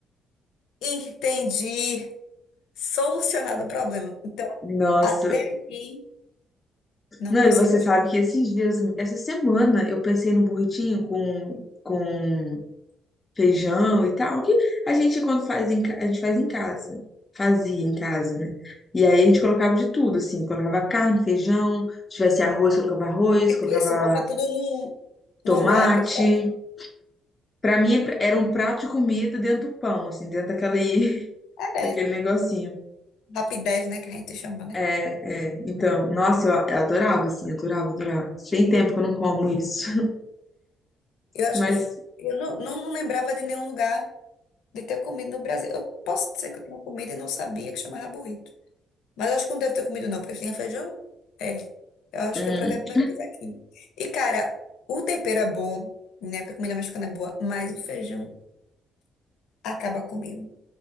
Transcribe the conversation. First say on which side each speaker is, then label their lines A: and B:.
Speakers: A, on the left; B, on the left.
A: entendi. Solucionado o problema. Então,
B: Nossa.
A: até aqui, não
B: Não,
A: consigo
B: e você
A: gostar.
B: sabe que esses dias, essa semana, eu pensei no burritinho com, com feijão e tal, que a gente quando faz em, ca- a gente faz em casa. Fazia em casa, né? E aí a gente colocava de tudo, assim, colocava carne, feijão, se tivesse arroz, colocava arroz,
A: Tipo
B: colocava
A: isso, botar tudo num,
B: tomate.
A: num wrap, e pronto.
B: Pra mim é pra- era um prato de comida dentro do pão, assim, dentro daquele, <laughs>
A: É,
B: daquele
A: é.
B: negocinho.
A: rapidez, né, que a gente chama, né?
B: É, é. Então, nossa, eu a- eu adorava, assim, adorava, adorava. Tem tempo que eu não como isso. <laughs>
A: Eu, acho-
B: Mas,
A: eu não, não, não lembrava de nenhum lugar de ter comido no Brasil. Eu posso dizer que eu tinha comido e não sabia que chamava burrito. Mas eu acho que não deve ter comido, não, porque tinha feijão. É. Eu acho
B: hum,
A: que eu provei a primeira vez aqui. E, cara, o tempero é bom, né? Porque a comida mexicana é boa, mas o feijão acaba comigo.